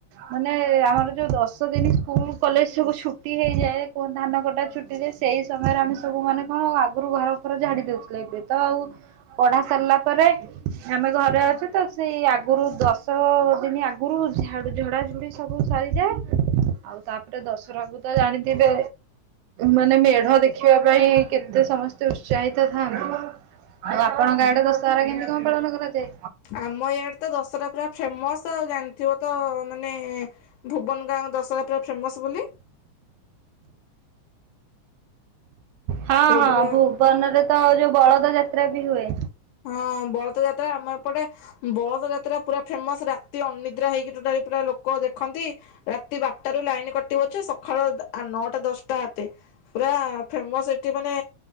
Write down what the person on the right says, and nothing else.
ମାନେ ଆମର ଯୋଉ ଦଶ ଦିନ ସ୍କୁଲ କଲେଜ ସବୁ ଛୁଟି ହେଇଯାଏ କଣ ଧାନ କଟା ଛୁଟି ଯାଏ ସେଇ ସମୟରେ ଆମେ ସବୁ ମାନେ କଣ ଆଗରୁ ଘର ଫର ଝାଡି ଦଉଥିଲେ ଏବେ ତ ଆଉ ପଢା ସାରିଲା ପରେ ଆମେ ଘରେ ଅଛୁ ତ ସେଇ ଆଗରୁ ଦଶ ଦିନ ଆଗରୁଝ ଝଡା ଝୁଡି ସବୁ ସାରିଯାଏ ଆଉ ତାପରେ ଦଶ ପ୍ରଭୁତା ଜାଣିଥିବେ ମାନେ ମେଢ ଦେଖିବା ପାଇଁ କେତେ ସମସ୍ତେ ଉତ୍ସାହିତ ଥାଆନ୍ତି ଆଉ ଆପଣଙ୍କ ଗାଡେ ଦଶହରା କେମତି କଣ ପାଳନ କରାଯାଏ।
ହଁ
ହଁ
ଭୁବନରେ ତ ଯୋଉ ବଳଦ ଯାତ୍ରା ବି ହୁଏ।